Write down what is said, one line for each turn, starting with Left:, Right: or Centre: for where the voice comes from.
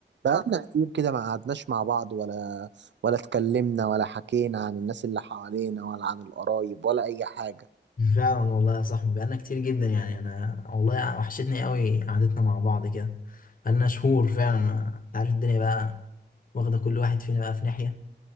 Right: بقالنا كتير كده ما قعدناش مع بعض ولا ولا اتكلمنا ولا حكينا عن الناس اللي حوالينا ولا عن القرايب ولا أي حاجة
Left: فعلا والله يا صاحبي بقالنا كتير جدا يعني انا والله وحشتني قوي قعدتنا مع بعض كده بقالنا شهور فعلا ما انت عارف الدنيا بقى واخده كل واحد فينا بقى في ناحيه